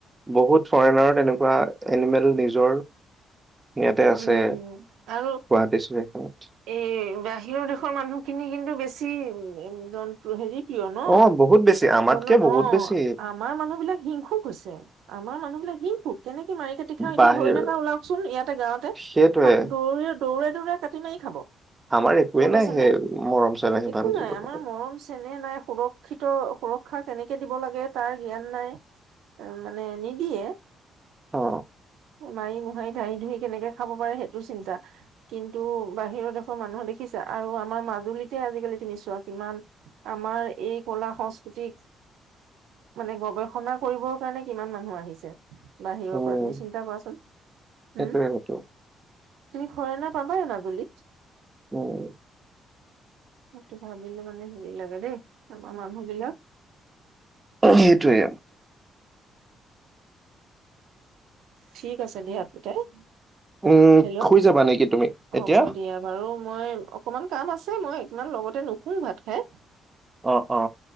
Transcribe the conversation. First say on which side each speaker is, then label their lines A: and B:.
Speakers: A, on the right; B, on the right.
A: বহুত ফৰেনাৰো তেনেকুৱা এনিমেল নিজৰ ইয়াতে আছে
B: উম
A: গুৱাহাটি
B: আৰু
A: চাইতে
B: এই বাহিৰৰ দেশৰ মানুহখিনি কিন্তু বেছি জন্তু হেৰি প্ৰিয় ন
A: অ বহুত বেছি আমাতকে
B: বন
A: বহুত
B: অ
A: বেছি
B: আমাৰ মানুহ বিলাক হিংসুক হৈছে আমাৰ মানুহ বিলাক হিংসুক কেনেকে মাৰি খেতি খাওঁ এতিয়া
A: বাহিৰ
B: হৰিণা এটা ওলাকচোন ইয়াতে গাঁৱতে
A: সেইটোৱে
B: ক দৌ দৌৰে দৌৰে কাটি মাৰি খাব।
A: আমাৰ একোৱে
B: গম পাইছানে
A: নাই সেই মৰম চেনেহ সিমান
B: একো
A: জীৱ
B: নাই
A: জন্তু
B: আমাৰ মৰম চেনেহ নাই সুৰক্ষিত সুৰক্ষা কেনেকে দিব লাগে তাৰ জ্ঞান নাই মানে নিদিয়ে।
A: অ
B: মাৰি-মোহাৰি, ধাহি-ধুহি কেনেকে খাব পাৰে সেইটো চিন্তা! কিন্তু বাহিৰৰ দেশৰ মানুহ দেখিছে আৰু আমাৰ মাজুলীতে আজিকালি তুমি চোৱা, কিমান আমাৰ এই কলা সং জিক মানে গৱেষণা কৰিবৰ কাৰণে কিমান মানুহ আহিছে। বাহিৰৰ
A: উম
B: পৰা তুমি চিন্তা কৰাচোন! হম
A: সেইটোৱে সেইটোৱে।
B: তুমি ফৰেনাৰ পাবাই মাজুলীত।
A: অ'।
B: সেইটো ভাবিলে মানে হেৰি লাগে দেই। আমাৰ মানুহবিলাক
A: সেইটোৱে।
B: ঠিক আছে, দিয়া <unintelligible>
A: উম
B: হেল্ল'।
A: শুই যাবা নেকি তুমি
B: হ'ব
A: এতিয়া
B: দিয়া বাৰু। মই অকমান কাম আছে মই ইমান লগতে নুশু ভাত খাই!
A: অ' অ'।